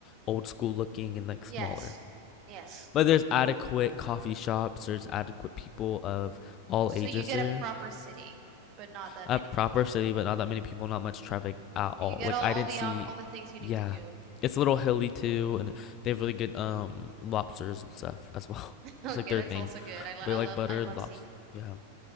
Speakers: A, on the left; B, on the right.
A: old school looking and like smaller.
B: Yes. Yes.
A: But there's adequate coffee shops. There's adequate people of all
B: So
A: ages
B: you get
A: there.
B: a proper city, but not that
A: a
B: many
A: proper
B: people.
A: city, but not that many people, not much traffic at all.
B: You get
A: Like
B: all,
A: I
B: all
A: didn't
B: the
A: see,
B: op all the things you need
A: yeah,
B: to do.
A: it's a little hilly too, and they have really good um lobsters and stuff as well. <laughs>
B: <laughs>
A: It's
B: Okay,
A: like their
B: that's
A: thing.
B: also good. I lo
A: They
B: I
A: like
B: love
A: buttered
B: I love
A: lobster.
B: seafood.
A: Yeah,